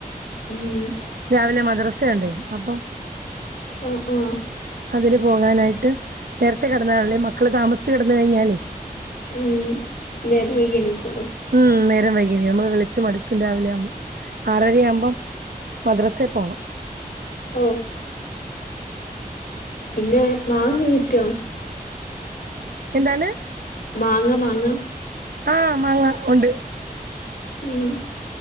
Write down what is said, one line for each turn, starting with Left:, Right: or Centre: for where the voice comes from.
Left: ഉം.
Right: രാവിലെ മദ്രസയ്ണ്ടേ അപ്പം
Left: ആഹ് ആഹ്
Right: അതിന് പോകാനായിട്ട് നേരത്തെ കെടന്നാല്ലല്ലേ മ ക്കള് താമസിച്ച് കെടന്ന് കഴിഞ്ഞാലേ
Left: ഉം നേരം വൈകി എണീക്കുള്ളു.
Right: ഉം നേരം വൈകിണ് നമ്മള് വിളിച്ച് മടുക്കും രാവിലെ ആവുമ്പം ആറരയാമ്പം മദ്രസെ പോണം
Left: ഓ പിന്നെ മാങ്ങ കിട്ടിയോ
Right: എന്താണ്
Left: മാങ്ങ മാങ്ങ
Right: ആഹ് മാങ്ങ ഉണ്ട്
Left: ഉം